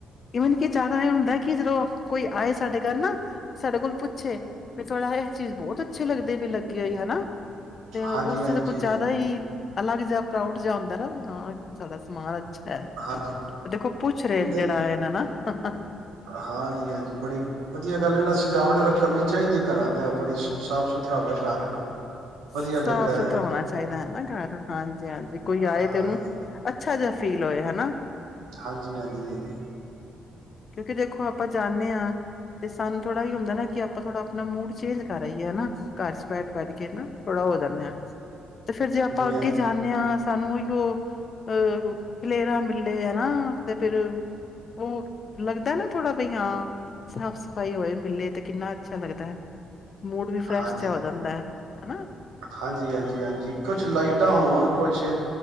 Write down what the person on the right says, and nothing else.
ਹਾਂਜੀ ਹਾਂਜੀ
ਹਾਂਜੀ
ਨਹੀਂ
ਹਾਂਜੀ ਹਾਂਜੀ ਬੜੀ ਵਧੀਆ ਗੱਲ ਇਹ ਨਾਲ ਸਜਾਵਟ ਕਰਨੀ ਚਾਹੀਦੀ ਹੈ ਘਰਾਂ ਤੇ ਆਪਣੀ ਸਾਫ ਸੁਥਰਾ ਹੋਵੇ ਘਰ
ਵਧੀਆ ਲੱਗਦਾ
ਹੈ
ਹਾਂਜੀ
ਹਾਂਜੀ ਹਾਂਜੀ ਹਾਂਜੀ
ਹਾਂਜੀ
ਹਾਂਜੀ
ਹਾਂਜੀ ਹਾਂਜੀ ਹਾਂਜੀ ਕੁਛ ਲਾਈਟ ਤਾਂ ਹੁਣ ਕੁਛ